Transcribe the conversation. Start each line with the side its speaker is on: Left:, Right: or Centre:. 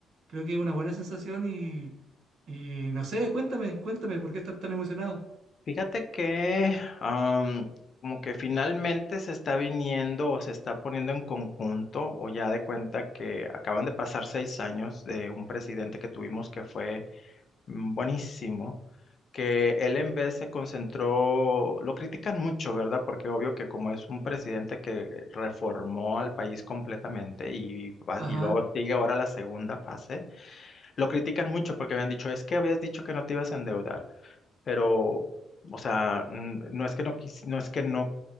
Right: creo que es una buena sensación y, y no sé, cuéntame, cuéntame por qué estás tan emocionado.
Left: Fíjate que am, como que finalmente se está viniendo o se está poniendo en conjunto o ya de cuenta que acaban de pasar seis años de un presidente que tuvimos que fue mm, buenísimo, que él en vez se concentró, lo critican mucho, ¿verdad? Porque obvio que como es un presidente que reformó al país completamente y, va-
Right: Ajá,
Left: y luego sigue ahora la segunda fase. Lo critican mucho porque habían dicho, es que habías dicho que no te ibas a endeudar, pero, o sea, n- no es que no, quis- no es que no